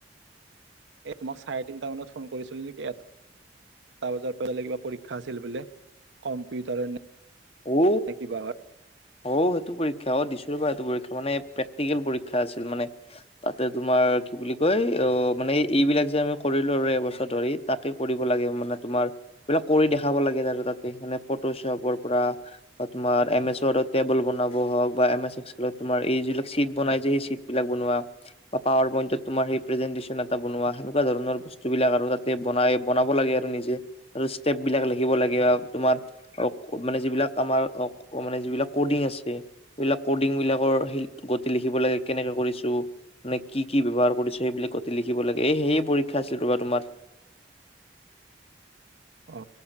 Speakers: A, on the right; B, on the left.
A: এ মই চাৰে তিনিটা মানত ফোন কৰিছিলো নেকি ইয়াত টা বজাৰ পৰা কিবা পৰীক্ষা আছিল বোলে কম্পিউটাৰৰ নে
B: ঔ
A: কিবা হত
B: অঔ সেইটো পৰীক্ষা অ দিছো ৰবা সেইটো পৰীক্ষা মানে প্ৰেক্টিকেল পৰীক্ষা আছিল মানে তাতে তোমাৰ কি বুলি কয় অ মানে এইবিলাক যে আমি কৰিলো আৰু এবছৰ ধৰি তাকে কৰিব লাগে মানে তোমাৰ এইবিলাক কৰি দেখাব লাগে আৰু তাতে মানে ফটোশ্বপৰ পৰা বা তোমাৰ এম এছ ওৱাদত টেবুল বনাব হওক বা এম এছ এক্স স্কুলত তোমাৰ এই যিবিলাক চিট বনাই যে সেই চিট বিলাক বনোৱা বা পাৱাৰ পইণ্টতত তোমাৰ পেজেনতেচন এটা বনোৱা সেনেকোৱা ধৰণৰ বস্তুবিলাক আৰু তাতে বনাই বনাব লাগে আৰু নিজে আৰু ষ্টেপ বিলাক লিখিব লাগে আৰু তোমাৰ অ মানে যিবিলাক আমাৰ অ মানে যিবিলাক কডিং আছে এইবিলাক কডিংবিলাকৰ গতি লিখিব লাগে কেনেকে কৰিছো মানে কি কি ব্যৱহাৰ কৰিছো সেইবিলাক গোটে লিখিব লাগে এই সেয়ে পৰীক্ষা আছিলে ৰবা তোমাৰ
A: অ